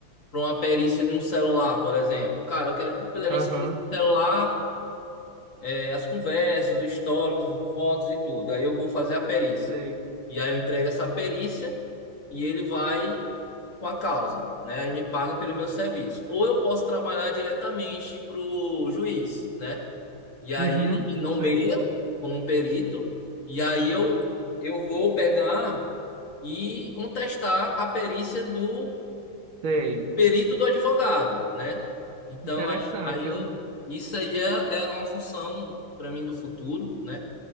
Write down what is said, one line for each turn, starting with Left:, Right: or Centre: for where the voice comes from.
Left: para uma perícia de um celular, por exemplo. Cara, eu quero que perícia
Right: Aham,
Left: desse celular, é, as conversas, os históricos, fotos e tudo. Aí eu vou fazer a perícia.
Right: sei.
Left: E aí eu entrego essa perícia e ele vai com a causa, né? E me paga pelo meu serviço. Ou eu posso trabalhar diretamente para o juiz, né? E aí
Right: Uhum,
Left: ele me nomeia
Right: sei.
Left: como perito, e aí eu, eu vou pegar e contestar a perícia do
Right: Sei.
Left: perito do advogado, né? Então,
Right: Interessante,
Left: é- aí eu,
Right: ó.
Left: isso aí é, é uma função para mim do futuro, né?